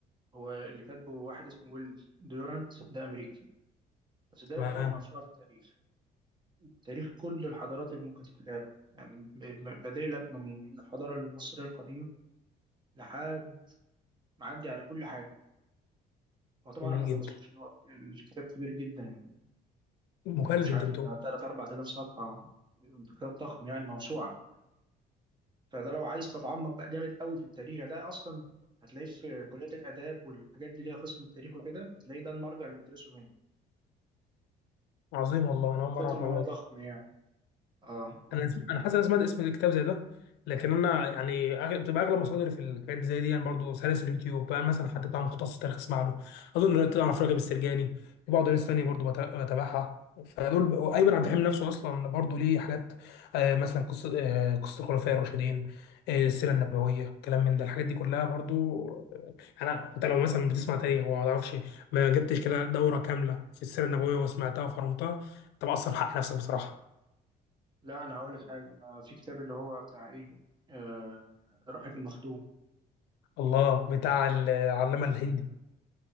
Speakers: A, on the right; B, on the left.
A: هو اللي كاتبه واحد اسمه ويل ديورانت ده أمريكي بس ده
B: تمام
A: يعتبر موسوعة في التاريخ تاريخ كل الحضارات اللي ممكن تتخيلها يعني ب- ب- بادئ لك من الحضارة المصرية القديمة لحد معدي على كل حاجة هو طبعا
B: جميل
A: انا ما خلصتوش
B: جدا
A: إن هو الكتاب كبير جدا يعني
B: مجلد
A: يعني مش
B: انت
A: عارف
B: بتقول
A: بتاع 3 4000 صفحه كتاب ضخم يعني موسوعه فده لو عايز تتعمق بقى جامد قوي في التاريخ ده اصلا هتلاقيه في كليه الاداب والحاجات دي ليها قسم التاريخ وكده هتلاقيه ده المرجع اللي بيدرسوا منه
B: عظيم والله انا
A: من
B: اول
A: كتر
B: مره اعرف
A: ما
B: المعلومه
A: هو ضخم
B: دي
A: يعني اه
B: انا انا حاسس انا سمعت اسم الكتاب زي ده لكن انا يعني أغلب بتبقى اغلب مصادري في الحاجات دي زي دي يعني برضه سلاسل اليوتيوب بقى مثلا حد بتاع مختص تاريخ اسمع له اظن تعرف راغب السرجاني وبعض ناس تانية برضه بت- بتابعها فدول ب- وايمن عبد الحليم نفسه اصلا برضه ليه حاجات آه، مثلا قصه آه، قصه الخلفاء الراشدين آه، السيره النبويه كلام من ده الحاجات دي كلها برضه آه، انا انت لو مثلا بتسمع تاريخ وما تعرفش ما جبتش كده دوره كامله في السيره النبويه وسمعتها وفرمتها انت بقصر في حق نفسك بصراحه
A: لا انا هقول لك حاجه انا في كتاب اللي هو بتاع ايه آه الرحيق المختوم
B: الله بتاع العلامة الهندي